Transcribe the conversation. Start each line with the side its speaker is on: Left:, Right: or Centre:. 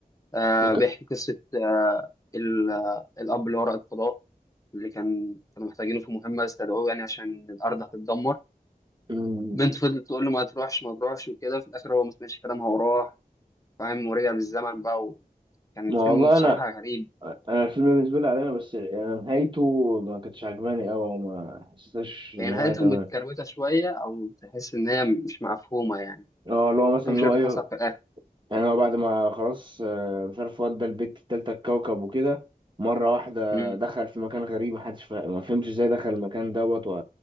Left: آه
Right: وك...
Left: بيحكي قصه آه ال- الاب اللي هو رائد فضاء اللي كان كانوا محتاجينه في مهمة استدعوه يعني عشان الأرض هتتدمر
Right: أمم،
Left: بنت فضلت تقول له ما تروحش ما تروحش وكده في الآخر هو ما سمعش كلامها وراح فاهم ورجع بالزمن بقى وكان
Right: ما
Left: فيلم
Right: والله
Left: بصراحة
Right: انا
Left: غريب
Right: انا الفيلم بالنسبه لي علينا بس يعني نهايته ما كانتش عجباني قوي وما حسيتهاش ان
Left: هي نهايته
Right: هي تمام
Left: متكروتة شوية أو تحس إن هي مش مفهومة يعني
Right: اه اللي هو مثلا
Left: مفهمش
Right: اللي
Left: إيه
Right: هو
Left: اللي
Right: ايوه
Left: حصل في الآخر
Right: يعني هو بعد ما خلاص آه، مش عارف ودى البت التالتة الكوكب وكده مرة واحدة
Left: مم.
Right: دخل في مكان غريب محدش فا... ما فهمش ازاي دخل المكان دوت و...